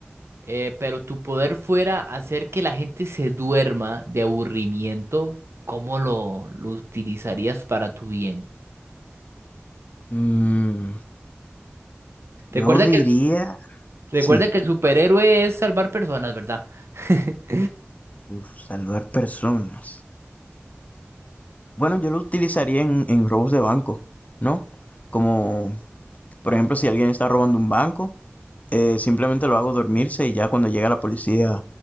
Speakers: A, on the right (about 80°); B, on the left (about 35°).
A: eh, pero tu poder fuera hacer que la gente se duerma de aburrimiento, ¿cómo lo, lo utilizarías para tu bien?
B: Mm, yo
A: Recuerda
B: diría,
A: que... Recuerda
B: sí,
A: que el superhéroe es salvar personas, ¿verdad? <laughs>
B: uf, salvar personas. Bueno, yo lo utilizaría en, en robos de banco, ¿no? Como, por ejemplo, si alguien está robando un banco, eh, simplemente lo hago dormirse y ya cuando llega la policía,